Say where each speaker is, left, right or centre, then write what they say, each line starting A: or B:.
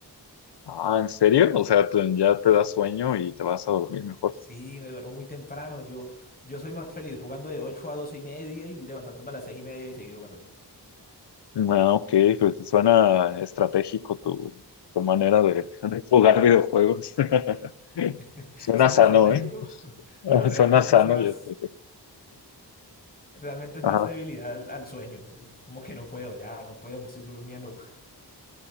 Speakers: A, on the left; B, on the left.
A: Ah, ¿en serio? O sea, te- ya te da sueño y te vas a dormir mejor.
B: Sí, me duermo muy temprano. Yo, yo soy más feliz jugando de ocho a doce y media y levantándome a las seis y media y seguir jugando.
A: Ah, ok, pues suena estratégico tu, tu manera de, de jugar videojuegos. <laughs>
B: <laughs>
A: Suena
B: Suena
A: sano,
B: estratégico,
A: ¿eh?
B: <laughs>
A: <laughs>
B: pero realmente
A: Suena sano
B: es más,
A: y estratégico.
B: realmente es
A: Ajá,
B: más debilidad al, al sueño. Es como que no puedo, ya no puedo, me estoy durmiendo.